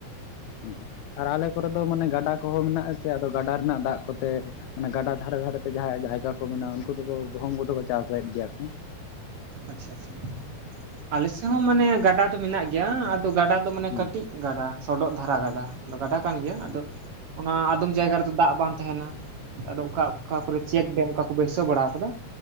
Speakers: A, on the left (about 75°); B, on the right (about 60°).
A: ᱦᱩ᱾ ᱟᱨ ᱟᱞᱮ ᱠᱚᱨᱮ ᱫᱚ ᱢᱟᱱᱮ ᱜᱟᱰᱟ ᱠᱚᱦᱚᱸ ᱢᱮᱱᱟᱜ ᱟᱥᱮ ᱟᱫᱚ ᱜᱟᱰᱟ ᱨᱮᱱᱟᱜ ᱫᱟᱜ ᱠᱚᱛᱮ᱾ ᱚᱱᱟ ᱜᱟᱰᱟ ᱫᱷᱟᱨᱮ ᱫᱷᱟᱨᱮ ᱛᱮ ᱡᱟᱦᱟᱸ ᱡᱟᱭᱜᱟ ᱠᱚ ᱢᱮᱱᱟᱜᱼᱟ ᱩᱱᱠᱩ ᱫᱚᱠᱚ ᱜᱩᱦᱩᱢ ᱠᱚᱫᱚ ᱠᱚ ᱪᱟᱥᱮᱫ ᱜᱮᱭᱟ ᱠᱚ᱾
B: ᱟᱪᱪᱷᱟ ᱟᱪᱪᱷᱟ ᱟᱞᱮ ᱥᱮᱫ ᱦᱚᱸ ᱢᱟᱱᱮ ᱜᱟᱰᱟ ᱫᱚ ᱢᱮᱱᱟᱜ ᱜᱮᱭᱟ ᱟᱨ ᱛᱚ ᱜᱟᱰᱟ ᱫᱚ ᱢᱟᱱᱮ
A: ᱦᱩᱸ
B: ᱠᱟᱹᱴᱤᱡ ᱜᱟᱰᱟ ᱥᱚᱰᱚᱜ ᱫᱷᱟᱨᱟ ᱜᱟᱰᱟ᱾ ᱟᱫᱚ ᱜᱟᱰᱟ ᱠᱟᱱ ᱜᱮᱭᱟ
A: ᱦᱩᱸ
B: ᱟᱫᱚ ᱚᱱᱟ ᱟᱫᱚᱢ ᱡᱟᱭᱜᱟ ᱨᱮᱫᱚ ᱫᱟᱜ ᱵᱟᱝ ᱛᱟᱦᱮᱱᱟ. ᱾ ᱟᱫᱚ ᱚᱠᱟ ᱚᱠᱟ ᱠᱚᱨᱮ ᱪᱮᱠ ᱰᱮᱢ ᱚᱠᱟ ᱠᱚ ᱵᱟᱹᱭᱥᱟᱹᱣ ᱵᱟᱲᱟ ᱟᱠᱟᱫᱟ